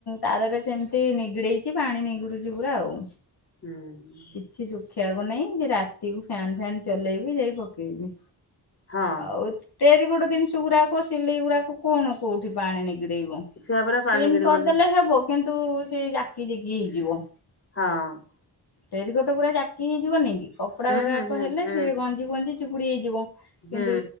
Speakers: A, on the left; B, on the left.
A: ତାରରେ ସେମିତି ନିଗିଡେଇଚି ପାଣି ନିଗୁଡୁଚି ପୁରା ଆଉ।
B: ହୁଁ।
A: କିଛି ଶୁଖିଆକୁ ନାହିଁ ଯେ ରାତିକୁ ଫ୍ୟାନ ଫାନ ଚଲେଇବି ଯାଇ ପକେଇବି।
B: ହଁ
A: ଆଉ ଟେରିକଟ ଜିନିଷ ଗୁରାକ ସିଲେଇ ଗୁରାକ କଣ କୋଉଠି ପାଣି ନିଗିଡେଇବ।
B: ଛୁଆ ପରା
A: ସ୍ପିନ
B: ପାଣି ଗିଳିବନି
A: କରିଦେଲେ ହେବ କିନ୍ତୁ ସେ ଜାକି ଜିକି ହେଇଯିବ।
B: ହଁ।
A: ଟେରିକଟ ଗୁରା ଜାକି ହେଇଯିବ ନି କି କପଡା ଗୁରାକ
B: ହୁଁ ହୁଁ
A: ହେଲେ
B: ହୁଁ
A: ସିଏ ଗଞ୍ଜିବ ଗଞ୍ଜି ଚିପୁଡି ହେଇଯିବ
B: ହୁଁ
A: କିନ୍ତୁ